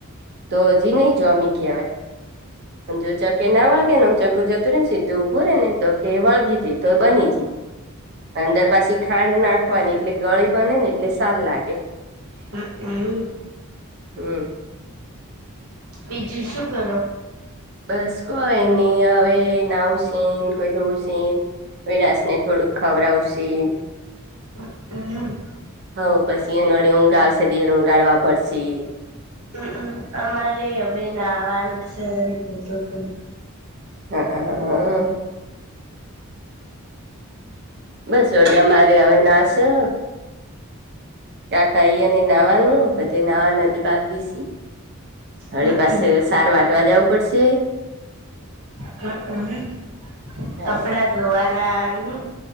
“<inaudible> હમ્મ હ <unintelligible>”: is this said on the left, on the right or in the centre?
Right